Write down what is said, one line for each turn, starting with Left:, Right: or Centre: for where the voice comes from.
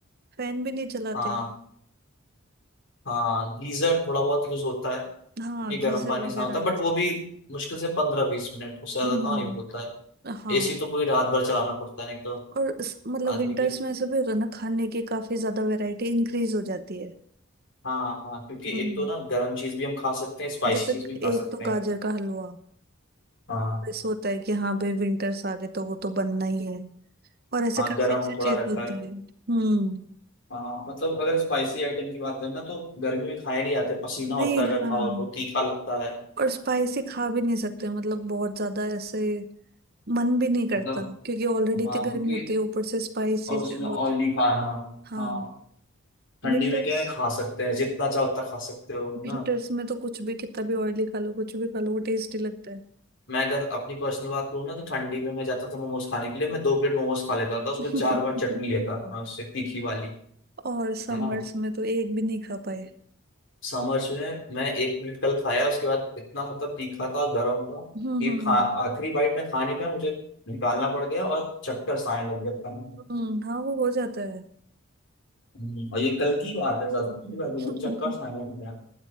Right: फैन भी नहीं चलाते
Left: हाँ हाँ गीजर थोड़ा बहुत यूज होता है क्योंकि
Right: हाँ गीजर
Left: गर्म पानी
Right: वगैरह
Left: से होता है
Right: हम्म
Left: बट वो भी मुश्किल से पंद्रह बीस मिनट उससे ज्यादा
Right: हम्म,
Left: कहाँ यूज होता है
Right: हाँ
Left: एसी तो पूरी रात भर चलाना पड़ता है नहीं तो
Right: और इस- मतलब
Left: आदमी
Right: विंटर्स
Left: की
Right: में ऐसा भी होता है ना खाने की काफी ज्यादा वैरायटी इंक्रीज हो जाती है
Left: हाँ हाँ क्योंकि
Right: हम्म
Left: एक तो ना गर्म चीज भी हम खा सकते हैं स्पाइसी
Right: जैसे
Left: चीज भी खा
Right: एक
Left: सकते
Right: तो
Left: हैं
Right: गाजर का हलवा
Left: हाँ
Right: ऐसा होता है कि हाँ भाई विंटर्स आ गए तो वो तो बनना ही है और ऐसे
Left: हाँ
Right: काफी
Left: गर्म
Right: अच्छी चीज
Left: थोड़ा रहता
Right: होती
Left: है
Right: है हम्म
Left: हाँ मतलब अगर स्पाइसी आइटम की बात करें ना तो गर्मी में खाए नहीं जाते पसीना होता
Right: नहीं
Left: है अगर
Right: हाँ
Left: खाओ तो तीखा लगता है
Right: और स्पाइसी खा भी नहीं सकते मतलब बहुत ज्यादा ऐसे मन भी नहीं करता
Left: मतलब
Right: क्योंकि ऑलरेडी इतनी
Left: हाँ
Right: गर्मी
Left: क्योंकि
Right: होती है ऊपर से स्पाइसी
Left: और
Right: से
Left: उसमें
Right: और
Left: ऑयली खाना
Right: हाँ
Left: हाँ ठंडी
Right: विंटर्स
Left: में क्या है खा सकते हैं जितना चाहो उतना खा सकते हो है
Right: विंटर्स
Left: ना
Right: में तो कुछ भी कितना भी ऑयली खा लो कुछ भी खा लो वो टेस्टी लगता है
Left: मैं अगर अपनी पर्सनल बात करूँ ना तो ठंडी में मैं जाता था मोमोज खाने के लिए मैं दो प्लेट मोमोज खा लेता था उसमें
Right: <laughs>
Left: चार बार चटनी लेता था मैं उससे तीखी वाली
Right: और समर्स
Left: है ना
Right: में तो एक भी नहीं खा पाए
Left: समर्स में मैं एक प्लेट कल खाया उसके बाद इतना मतलब तीखा था गर्म था
Right: हम्म
Left: कि
Right: हम्म
Left: खा आखिरी बाइट में खा नहीं पाया मुझे निकालना पड़ गया और चक्कर आने लग गया था
Right: हम्म, हाँ वो हो जाता है
Left: हम्म, और ये कल की बात है ज्यादा की बात नहीं,
Right: <laughs>
Left: चक्कर आने लग गया